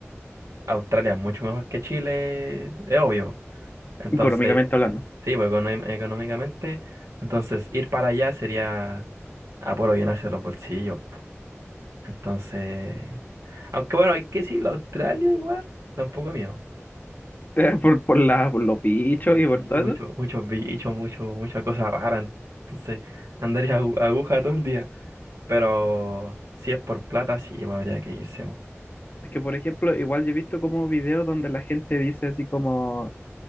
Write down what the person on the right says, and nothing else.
Australia es mucho mejor que Chile, es obvio. Entonces,
sí, pues econo- económicamente, entonces ir para allá sería a puro llenarse los bolsillos. po. Entonces, aunque bueno, hay que decirlo, Australia igual, tampoco es mío.
Sí,
mucho-
muchos bichos, mucho, mucha cosa rara. Entonces, andaría agu- aguja todo el día. Pero si es por plata, sí, pues, habría que irse. po.